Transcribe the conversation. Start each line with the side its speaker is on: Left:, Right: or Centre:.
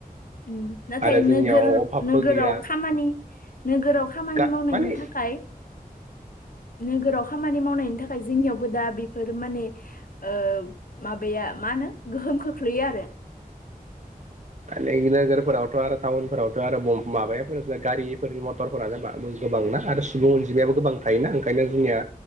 Left: उम नाथाय
Right: आरो जोंनियाव
Left: नोगोर
Right: अभाबबो
Left: नोगाम
Right: गैया
Left: नोगोराव खामानि
Right: गा
Left: मावनायनि
Right: माने
Left: थाखाय नोगोराव खामानि मावनायनि थाखाय जोंनियावबो दा बेफोर माने ओ माबाया मा होनो गोहोम खोख्लैयो आरो।
Right: नोगोर फरावथ' आरो टाउनफोरावथ' आरो माबायाव गारिफोर मथ क्टरफोरानो गोबांना <unintelligible> आरो सुबुं अनजिमायाबो गोबां थायोना ओंखायनो जोंनिया